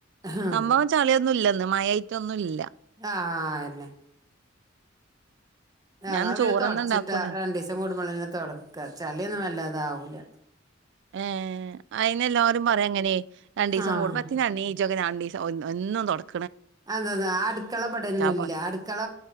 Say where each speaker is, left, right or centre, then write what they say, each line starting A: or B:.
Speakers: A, on the right; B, on the right.
A: ആഹ്
B: സംഭവം ചളിയൊന്നും ഇല്ലന്ന് മഴമായിട്ട ഒന്നും ഇല്ല
A: ആഹ എന്നന്നെ ഞങ്ങ
B: ഞാൻന്ന്
A: പിന്നെ
B: ചോറന്നെ
A: തുടച്ചിട്ടാ
B: ഇണ്ടാക്കുള്ളൂ
A: രണ്ടു ദിവസം കൂടുമ്പോളെ തുൊടക്ക ചലിയൊന്നും വല്ലാതെ ആാവൂല
B: ഏ അയിന്െല്ലാവരും പറയാ അങ്ങനെ രണ്ടു ദിവസം
A: ആഹ്
B: കൂടുമ്പത്തിാണ് ഈജോക്കെ രണ്ടു ദിവസം ഒ എന്നും തുടക്ക
A: അതതാ അടുക്കള പടൊന്നുംല്ല
B: പോരെ
A: അടുക്കള